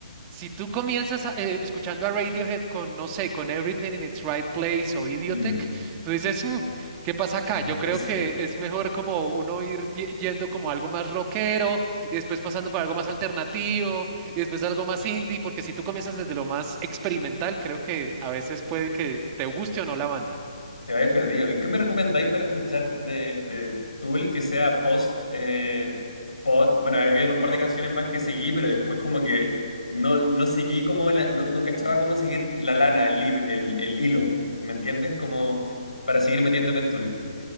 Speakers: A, on the right; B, on the left.
A: si tú comienzas a- eh, escuchando a Radiohead con, no sé, con Everything in its Right Place o Idiotech,
B: Mm,
A: tú dices, "Mm, ¿qué pasa acá?
B: es
A: Yo
B: difícil.
A: creo que es mejor como uno ir vi- yendo como algo más rockero y después pasando por algo más alternativo y después algo más indie, porque si tú comienzas desde lo más experimental, creo que a veces puede que te guste o no la banda.
B: Te vais perdido. ¿Y qué me recomendáis para escuchar de, de Tool que sea post eh, pod? Bueno, había un par de canciones más que seguí, pero después como que no, no seguí como la- no, no cachaba cómo seguir la lana, el, lib- el, el hilo. ¿Me entiendes? Como para seguir metiéndome en Tool.